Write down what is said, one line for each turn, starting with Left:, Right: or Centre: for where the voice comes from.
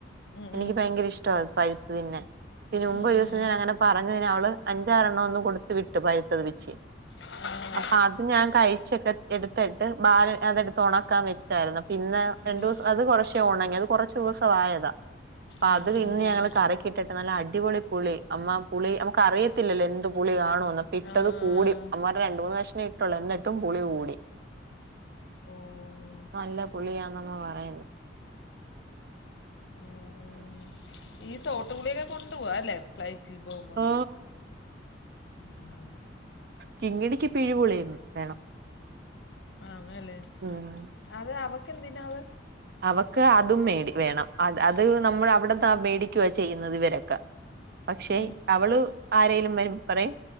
Left: ഉം
Right: എനിക്ക്
Left: ഉം
Right: ഭയങ്കര ഇഷ്ടവാത് പഴുത്തു തിന്നാൻ പിന്നെ മുമ്പൊരുസം
Left: ഉം
Right: ഞാനങ്ങനെ പറഞ്ഞതിന് അവള് അഞ്ചാറെണ്ണം ഒന്ന് കൊടുത്ത് വിട്ടു പഴുത്തത് പിച്ചി
Left: <unintelligible>
Right: അപ്പൊ അത് ഞാൻ കഴിച്ചെക്കെ എടുത്തെട്ട് ബാൽ അതെടുത്ത് ഒണക്കാൻ വെ തായിരുന്നു പിന്നെ രണ്ടുസം
Left: ഉം
Right: അത് കുറച്ചേ ഒന്നങ്ങി അത് കുറച്ച് ദിവസം ആയതാ
Left: ഉം
Right: അത്
Left: ഉം
Right: ഇന്ന് ഞങ്ങള് കറികി ഇട്ടട്ട് നല്ല അടിപൊളി പുളി അമ്മ പുളി നമുക്ക് അറിയത്തില്ലല്ലോ എന്ത് പുളികാണുന്ന് അപിട്ടത്
Left: ആ ആ
Right: കൂടി
Left: ആ
Right: അമ്മമാർ രണ്ട് മൂന്ന് കഷ്ണംഇട്ടുള്ളൂ എന്നിട്ടും പുളി കൂടി
Left: ഓ
Right: നല്ല പുളിയാന്നെന്ന് പറയ്ന്ന്
Left: ഉം. ഈ തോട്ടുപുളിയിലെ കൊണ്ടു പോവാ അല്ലെ ഫ്ലൈറ്റിൽ പോകുമ്പോ
Right: ഓ
Left: ഉം ഉം
Right: കിങ്ങിണിക്ക്പ്പയിപുളി വേണം
Left: ആന്നല്ലേ
Right: ഉം
Left: അത് അവക്കെന്തിനാത്?
Right: അവക്ക് അതും മേടി വേണം അത് അത് നമ്മൾ അവിടെന്നാ മേടിക്കുവ ചെയ്യുന്നത് ഇവരെക്കെ പക്ഷെ
Left: ഉം.
Right: അവള് ആരെലും വരുമ്പോ പറയും